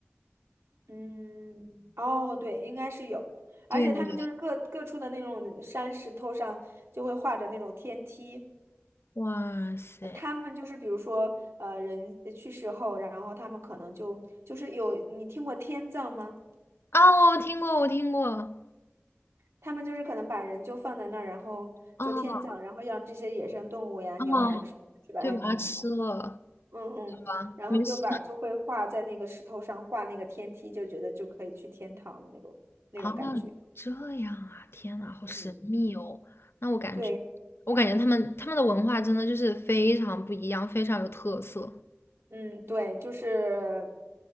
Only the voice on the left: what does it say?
对对，哇塞！
啊，我听过，我听过，
哦
哦，
就把它吃了
吧，
没事。
啊，这样啊，天呐，好神秘哦。
那我感觉，
我感觉他们他们的文化真的就是非常不一样，非常有特色。